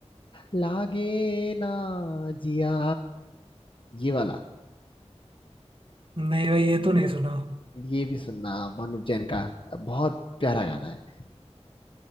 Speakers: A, on the left (about 45°); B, on the right (about 50°).
A: लागे ना जिया ये वाला
B: नहीं भाई ये तो नहीं सुना
A: ये भी सुनना अनुप जैन का बहुत प्यारा गाना है